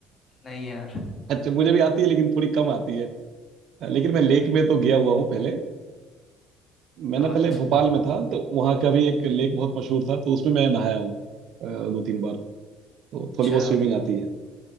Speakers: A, on the left; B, on the right.
A: नहीं यार
B: अच्छा मुझे भी आती है लेकिन थोड़ी कम आती है अ, लेकिन मैं लेक में तो गया हुआ हूँ पहले मैं
A: हाँ,
B: ना पहले
A: अच्छा
B: भोपाल में था तो वहाँ का भी एक लेक बहुत मशहूर था तो उसमें मैं नहाया हूँ अ, दो तीन बार तो
A: अच्छा
B: थोड़ी बहुत स्विमिंग आती है